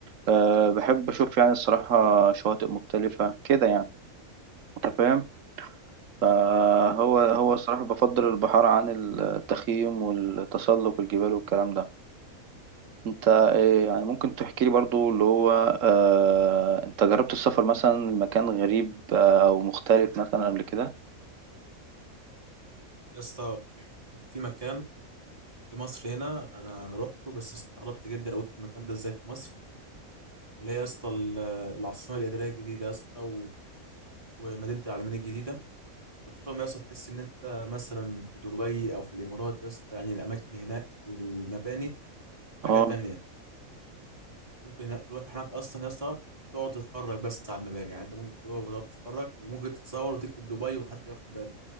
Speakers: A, on the right; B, on the right.
A: أه بحب أشوف يعني الصراحة شواطئ مختلفة كده يعني أنت فاهم فهو هو الصراحة بفضل البحر عن التخييم والتسلق والجبال والكلام ده انت إيه يعني ممكن تحكي لي برضو اللي هو آه انت جربت السفر مثلا لمكان غريب آه، او مختلف مثلا قبل كده
B: يا اسطى كان في مكان في مصر هنا أنا روحته بس استغربت جدا قلت المكان ده إزاي في مصر اللي هي يا اسطى ال- العاصمة الإدارية الجديدة يا اسطى ومدينه العلمين الجديده رحتهم يا اسطى تحس ان انت مثلا في دبي او في الامارات يا اسطى يعني الاماكن هناك والمباني حاجه
A: اه
B: تانية ممكن هناك- تروح هناك اصلا يا اسطى تقعد تتفرج بس على المباني يعني انت ممكن تروح وتقعد تتفرج وممكن تتصور وتكتب دبي ومحدش ياخد باله